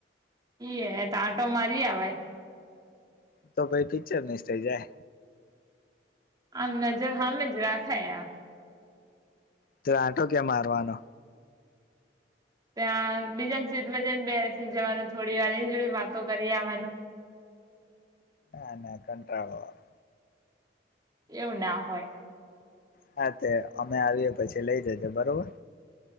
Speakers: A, on the right; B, on the left.
A: ઈએ એતો આંટો મારી આવાય.
B: તો ભાઈ પિક્ચર મિસ થઈ જાય.
A: આમ નજર હામે જ રાખાય આ
B: ત્યાં આટો ક્યા મારવાનો?
A: ત્યા બીજા ન સીટમાં જઈન બેસ સી જવાનું થોડીવાર. ઈન જોડે વાતો કરી આવાનું.
B: ના, ના કંટાળો આવે.
A: એવું ના હોય.
B: હા, તે અમે આવીએ પછી લઈ જજો બરોબર?